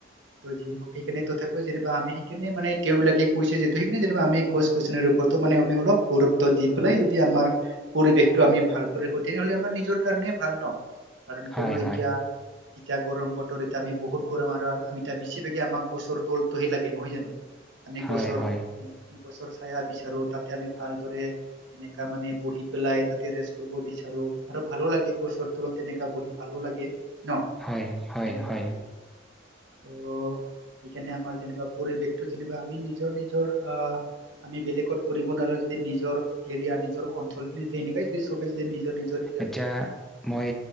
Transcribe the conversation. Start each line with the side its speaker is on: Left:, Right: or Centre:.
Right: ত যিয়ে নহক সেইকাণে তথা ত যেনেবা আমি সেইকেনে মানে তেওলোকে কৈছে যেতে সেইকেনে যে আমি গছ গছনিৰ ওপৰতো মানে আমি অলপ গুৰুত্ ত দি পেলাই যদি আমাৰ পৰিৱেশটো আমি ভাল কৰি ৰাখো তেনেহ'লে আমাৰ নিজৰ কাৰণে ভাল ন কাৰণ কিয়নো
Centre: হয়
Right: এতিয়া
Centre: হয়
Right: এতিয়া গৰম বতৰ এতিয়া আমি বহুত গৰম আৰু আমি এতিয়া বেছভাগে আমাক গছৰ তলটোহে লাগে নহয় জানো আমি
Centre: হয়
Right: গছৰ
Centre: হয়
Right: গছৰ চায়া বিচাৰো তাতে আমি ভালদৰে তেনেকা মানে বহি পেলাই তাতে ৰেষ্ট কৰিব বিচাৰো আৰু ভালো লাগে গছৰ তলত তেনেকা বহি ভালো লাগে ন
Centre: হয় হয়
Right: তেনেকুৱা
Centre: হয়
Right: আৰু কি ত সেই কাৰণে আমাৰ যেনিবা পৰিৱেশটো যেনিবা আমি নিজৰ নিজৰ আ আমি বেলেগত কৰিব নোৱাৰো যদি নিজৰ এৰিয়া নিজৰ অঞ্চলখিনি যেনেকৈ যে চবেই নিজৰ নিজৰ এৰিয়া
Centre: এতিয়া মই